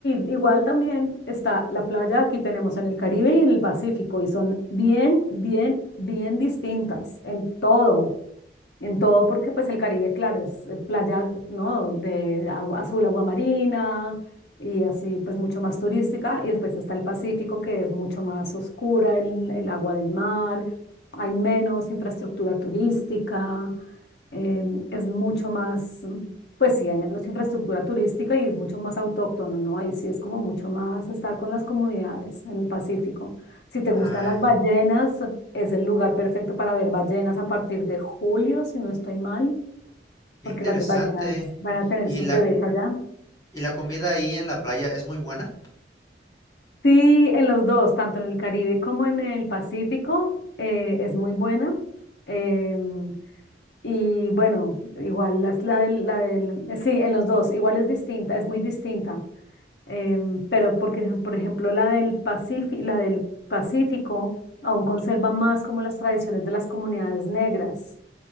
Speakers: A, on the left; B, on the left.
A: igual también está la playa, aquí tenemos en el Caribe y en el Pacífico, y son bien, bien, bien distintas en todo en todo, porque pues el Caribe, claro, es eh, playa, ¿no? De agua azul, agua marina y así pues mucho más turística. Y después está el Pacífico, que es mucho más oscura, el, el agua del mar, hay menos infraestructura turística, em, es mucho más, mm, pues sí, hay menos infraestructura turística y es mucho más autóctono, ¿no? Ahí sí es como mucho más estar con las comunidades en el Pacífico. Si te
B: Ah,
A: gustan las ballenas, es el lugar perfecto para ver ballenas a partir de julio, si no estoy mal,
B: qué
A: porque
B: interesante.
A: las ballenas van a tener
B: ¿Y
A: sus
B: la,
A: bebés allá.
B: y la comida ahí en la playa es muy buena?
A: Sí, en los dos, tanto en el Caribe como en el Pacífico, eh, es muy buena. Em, y bueno, igual las- la, del, la del- sí, en los dos, igual es distinta, es muy distinta. Em, pero porque, por ejemplo, la del Pacífico, la del Pacífico aún conserva más como las tradiciones de las comunidades negras.